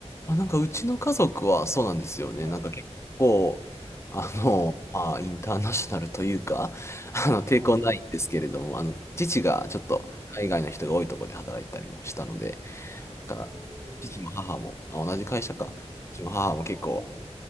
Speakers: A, on the left (about 25°); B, on the right (about 80°).
A: あ、なんかうちの家族はそうなんですよね。
B: うん
A: なんか結構、あの、
B: うん
A: まあ、インターナショナルというか、<laughs> あの、
B: うん
A: 抵抗ないんですけれども、あの、父がちょっと海外の人が多いところで働いてたりもしたので、
B: うんうん
A: だから、父も母も、あ、同じ会社か。
B: うんうん
A: 父も母も結構、
B: う
A: あの